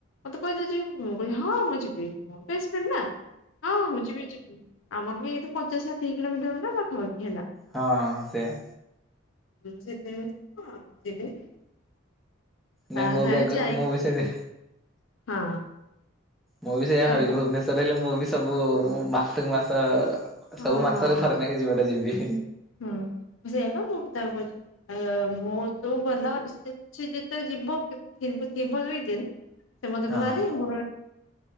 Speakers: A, on the left; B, in the centre.
A: ମତେ କହିଦେଇଚି ମୁଁ କିହିଲି ହଁ ମୁଁ ଯିବି, ମୋ ବେଷ୍ଟ୍ ଫ୍ରେଣ୍ଡ୍ ନା ହଁ ମୁଁ ଯିବି-ଯିବି। ଆମର ବି ଏଇଠୁ ପଚାଶ ଷାଠିଏ କିଲୋମିଟର ନା ପାଖାପାଖି ହେଲା।
B: ହଁ-ହଁଁ ସେଇଆ।
A: ମୁଁ ସେଇଥିପାଇଁ ବି ହଁ <unintelligible> ତା
B: ନାଇଁ ମୁଁ
A: ସାଙ୍ଗେ
B: ବି ଆଗ
A: ଯାଇକି
B: ମୁଁ ବି ସେ ହଁ
A: ହଁ
B: ମୁଁ ବି ସେଇଆ
A: ତମେ
B: ଭାବିଚି ଭୁବନେ <unintelligible> ହେଲେ ମୁଁ ବି ସବୁ ମୁଁ ମାସକୁ ମାସ
A: ହଁ
B: ସବୁ ମାସରେ
A: ହଁ।
B: ଥରେ ନେଖେ ଯିବାଟା ଯିବି।
A: ହୁଁ ସେ ହେଲା ମୁଁ ବି <unintelligible> <inaudible> ସେ ମତେ
B: ହଁ
A: କହିବ